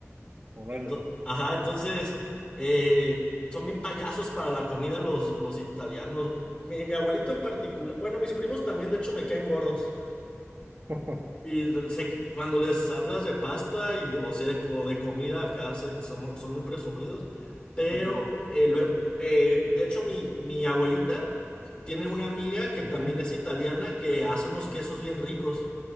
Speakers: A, on the right; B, on the left.
A: órale.
B: Ento- Ajá, entonces eh, son bien payasos para la comida los, los italianos. Mi, mi abuelito en particular, bueno, mis primos también, de hecho, me caen gordos.
A: <laughs>
B: Y lo- se- cuando les hablas de pasta y, o sea, o de comida, acá se- son, son muy presumidos. Pero
A: Ujú,
B: eh, luego, eh, de hecho, mi, mi abuelita tiene una amiga que también
A: ujú,
B: es italiana que hace unos quesos bien ricos.